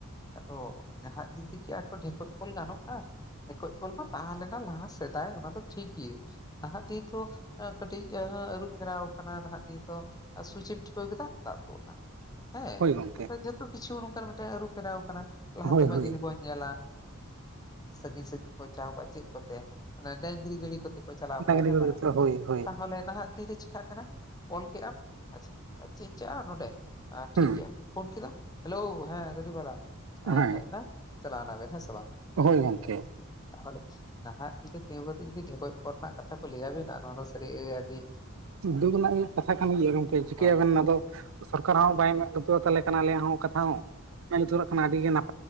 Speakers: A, on the left; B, on the right.
A: ᱟᱫᱚ ᱱᱟᱦᱟᱜ ᱫᱤᱱ ᱛᱮᱜᱮ ᱟᱨᱠᱚ ᱰᱷᱮᱠᱚᱡ ᱠᱚᱞ ᱜᱟᱱᱚᱜᱼᱟ? ᱰᱷᱮᱠᱚᱡ ᱠᱚᱞ ᱢᱟ ᱛᱟᱦᱮᱸ ᱞᱮᱱᱟ ᱞᱟᱦᱟ ᱥᱮᱫᱟᱭ ᱚᱱᱟ ᱫᱚ ᱴᱷᱤᱠ ᱜᱮᱭᱟᱹ ᱱᱟᱦᱟᱜ ᱫᱤᱱ ᱫᱚ ᱮᱸ ᱠᱟᱹᱴᱤᱡ ᱮᱸ ᱟᱹᱨᱩᱯᱷᱮᱨᱟᱣ ᱠᱟᱱᱟ ᱱᱟᱦᱟᱜ ᱫᱤᱱ ᱫᱚ᱾ ᱟᱨ ᱥᱩᱡᱮᱢ ᱴᱷᱤᱯᱟᱹᱣ ᱠᱮᱫᱟ ᱫᱟᱜ ᱛᱩᱜ ᱱᱟ ᱦᱮᱸ
B: ᱦᱳᱭ ᱜᱚᱝᱠᱮ
A: ᱱᱮᱛᱟᱨ ᱡᱚᱛᱚ ᱠᱤᱪᱷᱩ ᱱᱚᱝᱠᱟᱱ ᱢᱤᱫᱴᱟᱝ ᱟᱹᱨᱩᱯᱷᱮᱨᱟᱣ ᱠᱟᱱᱟ ᱞᱟᱦᱟᱛᱮᱢᱟ
B: ᱦᱳᱭ ᱦᱳᱭ
A: ᱡᱚ ᱵᱚᱱ ᱧᱮᱞᱟ ᱥᱟᱺᱜᱤᱧ ᱥᱟᱺᱜᱤᱧ ᱠᱚ ᱪᱟᱣ ᱠᱟᱜᱼᱟ ᱪᱮᱜ ᱠᱚᱛᱮ ᱚᱱᱟ ᱰᱟᱹᱝᱨᱤ ᱜᱟᱹᱲᱤ ᱠᱚᱛᱮ ᱠᱚ ᱪᱟᱞᱟᱣ ᱠᱚᱜᱼᱟ
B: ᱰᱟᱝᱨᱤ
A: ᱦᱮᱸ
B: ᱜᱟᱹᱰᱤ
A: ᱵᱟᱝ
B: ᱛᱮ ᱦᱳᱭ ᱦᱳᱭ
A: ᱛᱟᱦᱚᱞᱮ ᱱᱟᱦᱟᱜ ᱫᱤᱱ ᱨᱮ ᱪᱤᱠᱟᱜ ᱠᱟᱱᱟ? ᱚᱞ ᱠᱮᱜᱼᱟ ᱟᱪᱪᱷᱟ ᱟᱮᱜ ᱤᱧ ᱪᱟᱜᱼᱟ ᱱᱚᱸᱰᱮ ᱟᱸ ᱴᱷᱤᱠᱜᱮᱭᱟ
B: ᱦᱩᱸ
A: ᱯᱷᱳᱱ ᱠᱮᱫᱟᱢ ᱦᱮᱞᱳ ᱦᱮᱸ ᱜᱟᱹᱰᱤ ᱵᱟᱞᱟ ᱮᱸ
B: ᱦᱮᱸ
A: ᱦᱮᱡ ᱱᱟᱭ ᱪᱟᱞᱟᱣᱱᱟᱵᱮᱱ ᱦᱮᱸ ᱥᱮ ᱵᱟᱝ?
B: ᱦᱳᱭ ᱜᱚᱝᱠᱮ
A: ᱛᱟᱦᱚᱞᱮ ᱱᱟᱦᱟᱜ ᱫᱤᱱ ᱨᱮ ᱛᱤᱸᱜᱩ ᱠᱟᱛᱮᱜ ᱡᱩᱫᱤ ᱰᱷᱮᱠᱚᱡ ᱠᱚᱞ ᱨᱮᱱᱟᱜ ᱠᱟᱛᱷᱟ ᱠᱚ ᱞᱟᱹᱭ ᱟᱵᱤᱱᱟ ᱱᱚᱣᱟ ᱫᱚ ᱥᱟᱹᱨᱤ ᱟᱹᱰᱤ
B: ᱫᱩᱠ ᱨᱮᱱᱟᱜ ᱜᱮ ᱠᱟᱛᱷᱟ ᱠᱟᱱ ᱜᱮᱭᱟ ᱜᱚᱝᱠᱮ ᱪᱤᱠᱟᱹᱭᱟᱵᱮᱱ
A: ᱦᱳᱭ
B: ᱟᱫᱚ ᱥᱚᱨᱠᱟᱨ
A: ᱦᱳᱭ
B: ᱦᱚᱸ ᱵᱟᱭ ᱢᱮᱫ ᱞᱩᱛᱩᱨᱟ ᱛᱟᱞᱮ ᱠᱟᱱᱟ ᱟᱞᱮᱭᱟᱜ ᱦᱚᱸ ᱠᱟᱛᱷᱟ ᱦᱚᱸ ᱢᱮᱜ ᱞᱩᱛᱩᱨᱟᱜ ᱠᱷᱟᱱ ᱟᱹᱰᱤ ᱜᱤ ᱱᱟᱯ